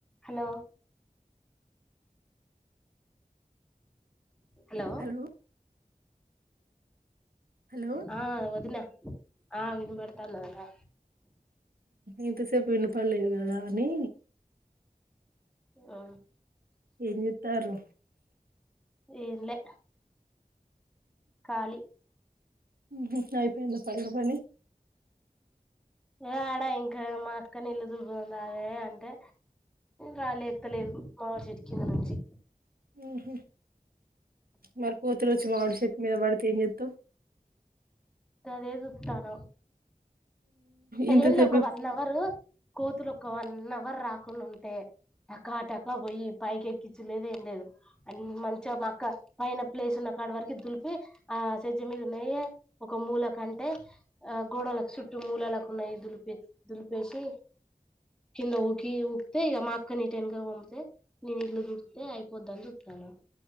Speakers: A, in the centre; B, on the right (about 85°).
A: హలో అలో
B: హలో హలో
A: ఆ వదిన ఆ వినపడ్తాంద్ ఒదిన
B: ఇంత సేప్ వినపడలేద్ గదా అని
A: ఆ
B: ఏంజేత్తార్రు
A: ఏమ్లే కాలి
B: గిప్పుడయిపోయింది పండ్గ పని
A: యాడా ఇంకా మా అక్కని ఇల్లు దులుపుద్ దాయే అంటే గాలేత్తలే మామీ షెట్టు కిందినుంచి
B: మ్ హ్ మర్కు ఒచ్చి మావిడ్ షెట్టు మీద పడితే ఏం చేత్తవ్
A: అదే చూత్తాన
B: ఇంతసేపు
A: ఏం లే ఒక వన్ అవరు కోతుల్ ఒక వన్ అవర్ రాకుండుంటే టకా టకా బోయి పైకెక్కించలేదు ఏం లేదు అన్ మంచిగ మా అక్క పైన ప్లేస్ ఉన్న కాడ వరకి దులిపి ఆసజ మీదున్నయే ఒక మూల కంటే అ గోడలక్ సుట్టు మూలలక్ న్నాయ్ దులిపి దులిపేషీ కింద ఊకి ఊక్తే ఇగ మాక్ కన్ నీటెన్క్గాక్ పంపితే నేన్ ఇల్లు దుడిత్తె అయిపోద్దాన్ చూత్తాన్నం